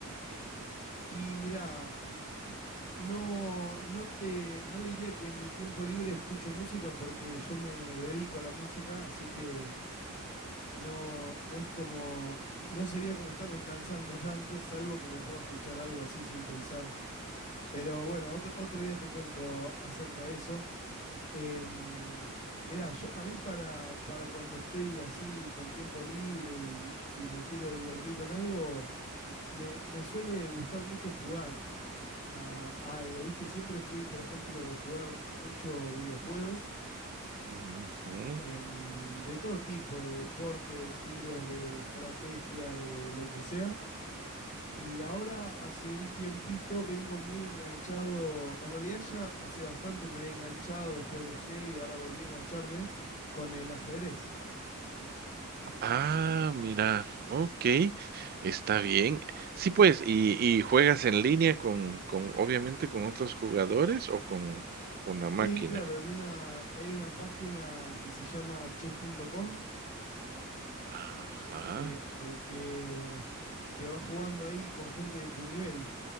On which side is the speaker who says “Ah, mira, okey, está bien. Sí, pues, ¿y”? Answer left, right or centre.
Right